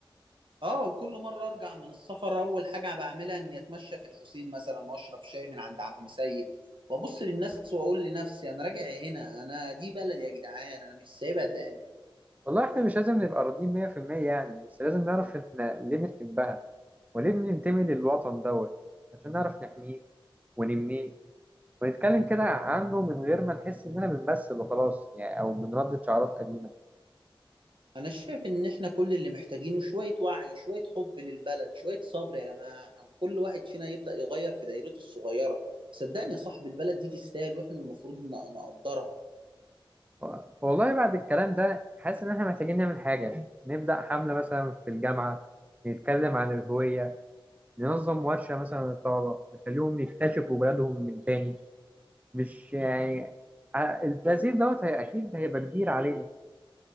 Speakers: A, on the right; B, on the right.
A: اه وكل مرة أرجع من السفر أول حاجة بعملها إني أتمشى في الحسين مثلا وأشرب شاي من عند عم سيد وأبص للناس وأقول لنفسي أنا راجع هنا أنا دي بلدي يا جدعان أنا مش سايبها تاني
B: والله احنا مش لازم نبقى راضيين 100% يعني بس لازم نعرف احنا ليه بنحبها وليه بننتمي للوطن دوت عشان نعرف نحميه ونبنيه ونتكلم كده عنه من غير ما نحس اننا بنمثل وخلاص يعني او بنردد شعارات قديمة
A: انا شايف ان احنا كل اللي محتاجينه شوية وعي شوية حب للبلد شوية صبر يا جماعة كل واحد فينا يبدأ يغير في دايرته الصغيرة صدقني يا صاحب البلد دي تستاهل واحنا المفروض ن- نقدرها
B: و- والله بعد الكلام ده حاسس ان احنا محتاجين نعمل حاجة نبدأ حملة مثلا في الجامعة نتكلم عن الهوية ننظم ورشة مثلا للطلبة نخليهم يكتشفوا بلادهم من تاني مش يعني ع- التأثير دوت هي أكيد هيبقى كبير علينا